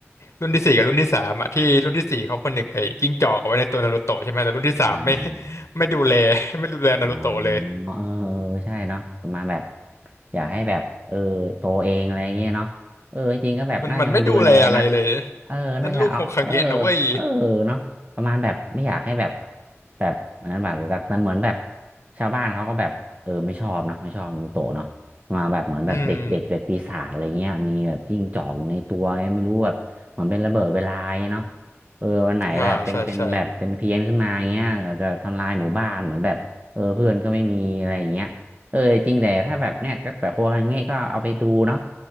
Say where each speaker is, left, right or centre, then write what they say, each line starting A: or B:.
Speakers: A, on the left (about 65°); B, on the right (about 30°).
A: รุ่นที่สี่กับรุ่นที่สามอ่ะที่รุ่นที่สี่เขาผนึกไอ้จิ้งจอกเอาไว้ในตัวนารูโตะใช่ไหมแต่รุ่นที่สามไม่
B: อ่า
A: ไม่ดูแล <laughs> ไม่ดูแลนารูโตะเลย
B: อ๋อเออเออใช่เนาะประมาณแบบอยากให้แบบเออโตเองอะไรเงี้ยเนาะเออจริงๆก็แบบน่าจะมาดูแลนะ
A: มันมันไม่ดูแลอะไรเลย
B: เออน่าจะเอาเออ
A: นั่นลูกโฮคงเงะนะเว้ย
B: เออเนาะประมาณแบบไม่อยากให้แบบแบบเหมือนแบบแต่เหมือนแบบชาวบ้านเขาก็แบบเออไม่ชอบเนาะไม่ชอบนูโตะเนาะมาแบบเหมือนแบบเด็กเด็กเด็กปีศาจอะไรเงี้ยมีแบบจิ้งจอกอยู่ในตัวไงไม่รู้แบบเหมือนเป็นระเบิดเวลาไงเนาะ
A: อืม
B: เออวันไหนแบบเป็นเป็นแบบเป็นเพี้ยนขึ้นมาอย่างเงี้ยอาจจะทำลายหมู่บ้านเหมือนแบบ
A: ใช่ใช่ใช่
B: เออเพื่อนก็ไม่มีอะไรอย่างเงี้ยเออจริงแต่ถ้าแบบเนี้ยก็แบบโครัวอย่างเงี้ยก็เอาไปดูเนาะ